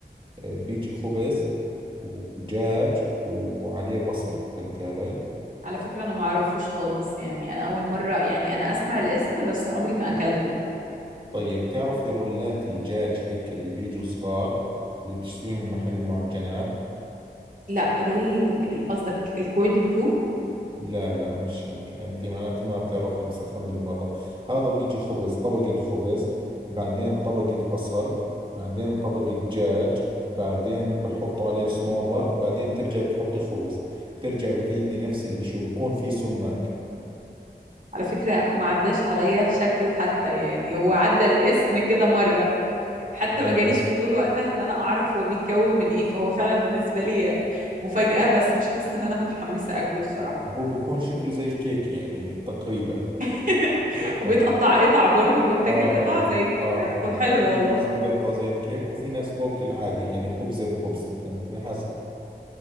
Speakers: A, on the right; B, on the right.
A: بيجي خبز ودجاج وعليه بصل فهمت علي
B: على فكرة انا ما اعرفوش خالص يعني انا اول مرة يعني انا اسمع الاسم بس عمري ما اكلته
A: طيب تعرفي رولات الدجاج هيك اللي بيجوا صغار اللي بتشتريهم من محل المعجنات
B: لا رول قصدك الكوردن بلو
A: لا لا مش هيك انت معناته ما بتعرف المسخن بالمرة هذا بيجي خبز طبقة خبز بعدين طبقة بصل بعدين طبقة دجاج بعدين بحطوا عليه صنوبر بعدين بترجعي بتحطي خبز ترجع بتعيدي نفس الاشي وبكون في سماق
B: على فكرة ما عداش عليا شكله حتى يعني هو عدى الاسم كده مرة حتى
A: لا
B: ما جاليش
A: لا
B: فضول وقتها ان انا اعرف هو بيتكون من ايه فهو فعلا بالنسبة لي مفاجأة بس مش حاسة ان انا متحمسة اكله الصراحة
A: هو بكون شكله زي الكيكة يعني تقريبا
B: <laughs>
A: ف-
B: وبيتقطع
A: آه
B: قطع برضه وبيتاكل
A: آه آه
B: قطع زي الكيكة
A: آه
B: طب حلو
A: في
B: والله
A: ناس بيقطعوا زي الكيك وفي ناس بوكل عادي يعني خبزة بخبزة فهمتي حسب